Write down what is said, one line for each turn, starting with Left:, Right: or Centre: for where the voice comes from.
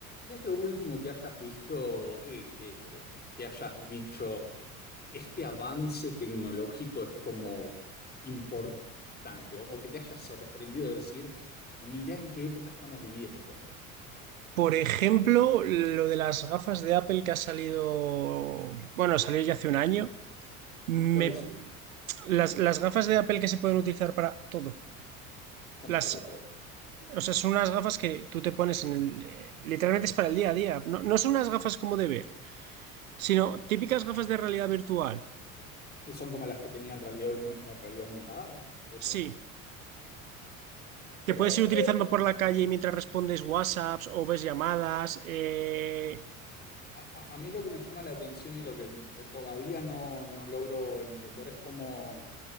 Left: ¿Qué es lo último que hayas visto eh, que, eh, que hayas dicho, eh, este avance tecnológico es como importante o, o que te haya sorprendido de decir, mirá en qué época estamos viviendo?
Right: Por ejemplo, lo de las gafas de Apple que ha salido, bueno, salió ya hace un año. Me,
Left: ¿Cuáles son?
Right: las, las gafas de Apple que se pueden utilizar para todo.
Left: Como
Right: Las,
Left: para todo.
Right: o sea, son unas gafas que tú te pones en el... eh, Literalmente es para el día a día. No, no son unas gafas como de ver, sino típicas gafas de realidad virtual.
Left: ¿Son como las que tenían realidad, aume- eh, realidad aumentada? Esas.
Right: Sí,
Left: Pero
Right: que puedes ir utilizando
Left: eh,
Right: por la calle mientras respondes WhatsApps o ves llamadas. eh,
Left: a, a- a mí lo que me llama la atención y lo que todavía no, no logro entender es cómo